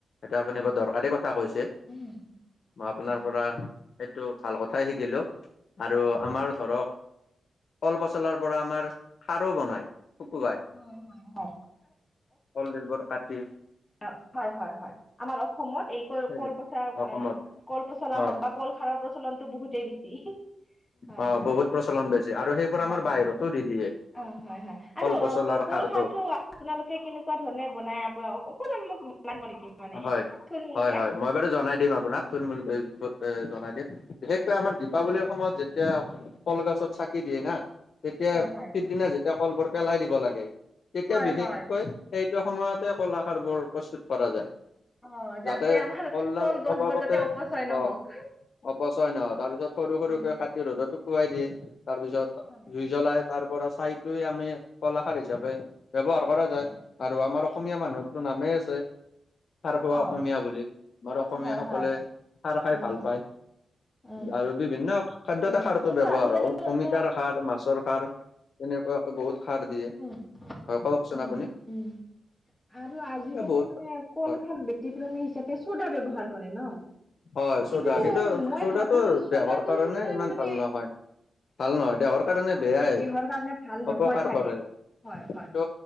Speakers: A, on the left (about 65°); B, on the left (about 15°).
A: এটা
B: উম
A: আপুনি বৰ দৰকাৰী কথা কৈছে
B: উম
A: মই আপোনাৰ
B: উম
A: পৰা এইটো ভাল কথাই শিকিলো আৰু
B: হয়
A: আমাৰ
B: হয়।
A: ধৰক কল পচলাৰ পৰা আমাৰ খাৰো বনাই শুকুুৱাই
B: হয় হয় হয়
A: কলডিল বোৰ কাটি
B: অ', হয় - হয়- হয়, আমাৰ অসমত এই ক'
A: সেইবোৰ
B: কল পচলা
A: অসমত
B: কল পচলা
A: হয়
B: হওক বা কল খাৰৰ প্ৰচলনটো বহুতেই বেছি। হয়
A: অ',
B: হয়
A: বহুত প্ৰচলন বেছি আৰু সেইবোৰ
B: হয়
A: আমাৰ
B: হয়
A: বাহিৰতো দি দিয়ে।
B: অ', হয় - হয়
A: কল
B: আৰু
A: পচলাৰ
B: অ', কল
A: সাৰটো
B: খাৰটো আপোনালোকে কেনেকুৱা ধৰণে বনাই আ, অকণমানোক <unintelligible> নেকি? মানে
A: হয়
B: থুলমূলকৈ।
A: - হয় - হয়, মই বাৰু জনাই দিম আপোনাক থুল মূল কে এ, জনাই দিম। বিশেষকৈ আমাৰ দীপাৱলীৰ সময়ত যেতিয়া কলগছত চাকি দিয়ে না তেতিয়া
B: হয় হয়
A: পিছদিনা যেতিয়া কলবোৰ পেলাই দিব লাগে তেতিয়া
B: হয়
A: বিশেষকৈ
B: হয়
A: সেইটো সময়তে কলাখাৰ বোৰ প্ৰস্তুত কৰা যায়।
B: অ
A: যাতে
B: আমাৰ
A: কলডাল
B: কলগছবোৰ
A: অভাবতে
B: যাতে অপচয় নহওক
A: অ', অপচয় নহয় তাৰ পিছত সৰু সৰুকে
B: উম
A: কাটি ৰ'দত শুকোৱাই দিয়ে তাৰ পিছত
B: হয়
A: জুই
B: হয়
A: জ্বলাই তাৰ পৰা ছাইটোৱে আমি কলাখাৰ হিচাপে ব্যৱহাৰ কৰা যায়
B: ন
A: আৰু আমাৰ অসমীয়া মানুহ টো নামেই আছে খাৰ খোৱা
B: হয়
A: অসমীয়া বুলি, আমাৰ অসমীয়াসকলে
B: অ হয় হয়
A: খাৰ খাই
B: উম
A: ভাল পায়।
B: উম
A: আৰু বিভিন্ন খাদ্যতে
B: উম
A: খাৰতো
B: কিন্তু
A: ব্যৱহাৰ
B: আজিকালি
A: হয় অমিতাৰ
B: মানে
A: খাৰ, মাছৰ খাৰ। তেনেকুৱাকে বহুত খাৰ দিয়ে,
B: উম
A: হয় কওকচোন
B: উম
A: আপুনি?
B: উম আৰু আজিকালি
A: এ বহুত
B: মানে কল
A: হয়
B: খাৰ ব্যতিক্ৰমী হিচাপে চ'দা ব্যৱহাৰ কৰে ন?
A: হয় চৌদা
B: কিন্তু মই
A: চৌদাটো
B: ভাবো চৌদাটো
A: দেহৰ কাৰণে
B: সিমান
A: ইমান
B: মানে
A: ভাল
B: অ',
A: নহয় ভাল নহয় দেহৰ কাৰণে বেয়াই
B: ইমান দেহৰ কাৰণে ভাল নহয়
A: অপকাৰ
B: চাগে
A: কৰে
B: হয় - হয়,
A: কিন্তু